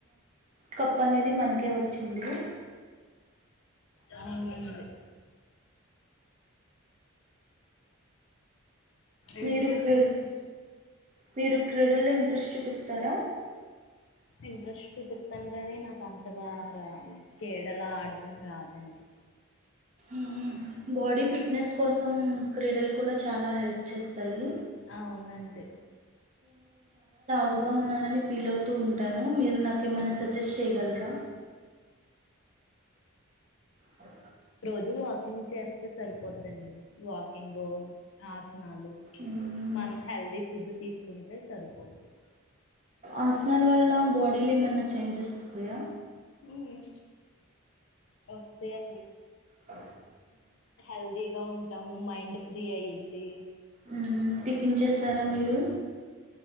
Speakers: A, on the right; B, on the left.
A: కప్ అనేది మనకే వచ్చింది
B: అవునండి ఏం
A: మీరు
B: చేస్తాను
A: క్రీ మీరు క్రీడల్లో ఇంట్రెస్ట్ చూపిస్త త్తర
B: ఇంట్రెస్ట్ చూపిత్తాను కాని నాకు అంటగా రా క్రీడలా ఆడడం రాదండి
A: మ్మ్ బాడీ ఫిట్నెస్ కోసం క్రీడలు కూడా చాలా హెల్ప్ చేస్తాయి
B: అవునండి
A: బగా ఉన్నానని ఫీల్ అవుతూ ఉంటాను మీరు నాకేమైన్నా సజెస్ట్ చేయగలరా అద
B: రోజు వాకింగ్ చేస్ తే సరిపోద్దండి వాకింగ్ ఆసనాలు
A: మ్మ్.
B: మనం హెల్దీ ఫుడ్ తీసుకుంటే సరిపోద్ది
A: ఆసనాలు వల్ల బాడీలు ఏమన్నా చేంజెస్ వస్తాయా
B: మ్మ్ వస్తే అండి
A: అ
B: హెల్దీగా ఉంటాము మైండ్ ఫ్రీ అయ్యిద్ది
A: మ్మ్ టిఫిన్ చేసారా మీరు